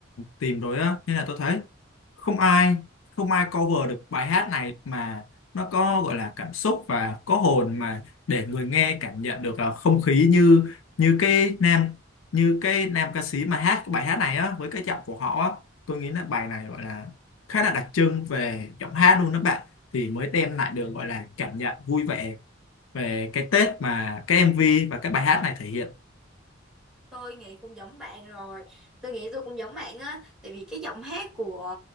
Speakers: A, on the left (about 85°); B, in the centre.
A: tìm rồi á nên là tôi thấy không ai không ai cover được bài hát này mà nó có gọi là cảm xúc và có hồn mà để người nghe cảm nhận được là không khí như như cái nam như cái nam ca sĩ mà hát cái bài hát này á với cái giọng của họ á tôi nghĩ là bài này gọi là khá là đặc trưng về giọng hát luôn đó bạn thì mới đem lại được gọi là cảm nhận vui vẻ về cái Tết mà cái MV và cái bài hát này thể hiện
B: tôi nghĩ cũng giống bạn rồi tôi nghĩ tôi cũng giống bạn á tại vì cái giọng hát của